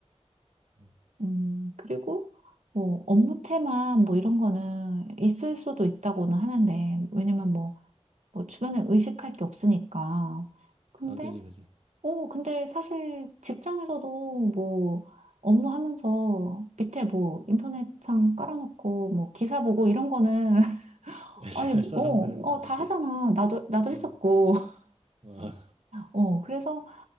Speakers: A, on the right (about 60°); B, on the right (about 85°).
A: 음.
B: 음, 그리고 뭐 업무 테마 뭐 이런 거는 있을 수도 있다고는 하는데 왜냐면 뭐, 뭐 주변에 의식할 게 없으니까. 근데
A: 아, 그지, 그지.
B: 어 근데 사실 직장에서도 뭐 업무 하면서 밑에 뭐 인터넷창 깔아놓고 뭐 기사 보고 이런 거는 <laughs>
A: <laughs>
B: 아니
A: 할
B: 뭐,
A: 사람들은
B: 어,
A: 다
B: 어,
A: 하지.
B: 다 하잖아. 나도 나도 했었고.
A: 어,
B: <laughs>
A: 어,
B: 어 그래서